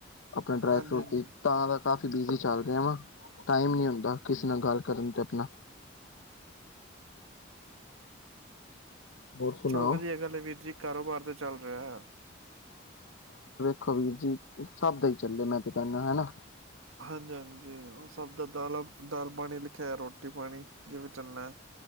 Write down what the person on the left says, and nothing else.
ਆਪਣੇ ਡਰਾਈ
ਫਰੂਟ
ਦੀ ਤਾਂ ਕਾਫੀ ਬਿਜੀ ਚੱਲ ਰਿਹਾ ਵਾਂ ਟਾਈਮ ਨੀ ਹੁੰਦਾ ਕਿਸੇ ਨਾਲ ਗੱਲ ਕਰਨ ਤੇ ਆਪਣਾ ਹੋਰ ਸੁਣਾਓ?
ਖਬੀਰ ਜੀ ਸਭ ਦਾ ਹੀ ਚੱਲੇ ਮੈਂ ਤੇ ਕਹਿੰਦਾ ਹਨਾ